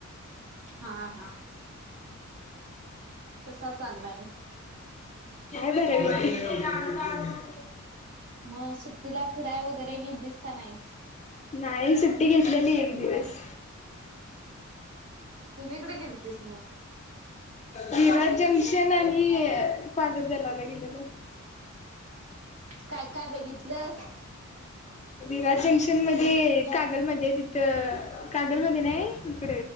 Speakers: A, on the right; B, on the left.
A: हा हा... कसा चाललाय मग...
B: हाय बऱ्यापैकी...
A: मग सुट्टीला फिराय वगैरे गेलीस का नाहीस.
B: नाही सुट्टी घेतलेली एक दिवस...
A: कुणीकडे गेलतीस मग..
B: वीराज जंक्शन आणि अ पाझर तलावला गेलेलो...
A: काय काय बघितलंस.
B: विराज जंक्शन मध्ये कागलमध्ये आहे तिथं कागलमध्ये नाही इकड...